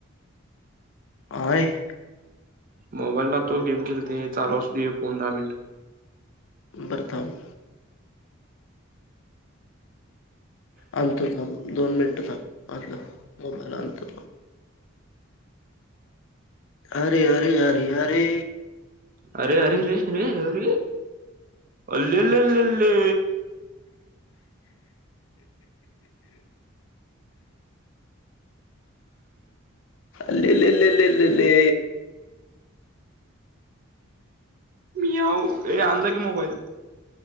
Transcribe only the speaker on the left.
आये य
बरअतन आणतो थांब दोन मिनिट थांब आलो की मोबाईल आणतो की अरे अरे अरे अरे
अल्ले ललेलले